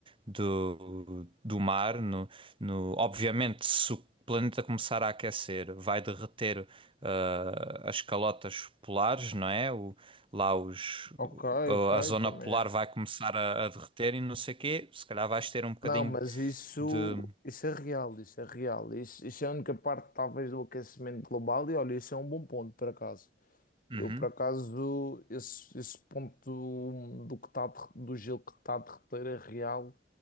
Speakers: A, on the right (about 30°); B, on the left (about 50°).
A: do, do mar. No, no, obviamente, se o o planeta começar a aquecer, vai derreter ah, as calotas polares, não é? O- lá os,
B: Ok,
A: o-
B: ok,
A: a zona
B: também
A: polar
B: é.
A: vai começar a, a derreter e não sei o quê. Se calhar vais ter um bocadinho
B: Não, mas isso,
A: de.
B: isso é real, isso é real. Isso, isso é a única parte, talvez, do aquecimento global. E olha, isso é um bom ponto, por acaso.
A: Uhum,
B: Eu, por acaso, esse, esse ponto do, que tá, a derre- do gelo que está a derreter é real.